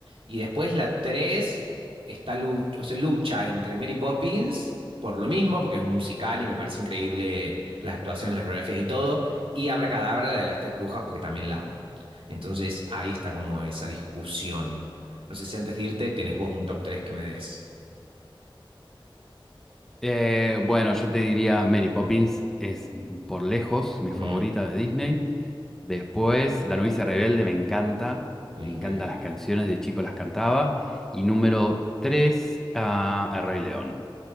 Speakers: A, on the right; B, in the centre.
A: Y después la 3 está lu- o sea, lucha entre Mary Poppins. Por lo mismo, porque es un musical y me parece increíble las actuaciones, las coreografías y todo. Y Abracadabra, la de las tres brujas, porque también la amo. Entonces ahí está como esa discusión. No sé si antes de irte tenés vos un top 3 que me des.
B: Eh, bueno, yo te diría Mary Poppins es por lejos mi favorita
A: Mm,
B: de Disney. Después, La novicia rebelde me encanta.
A: es
B: Me
A: increíble.
B: encantan las canciones, de chico las cantaba. Y número tres, ah, El Rey León.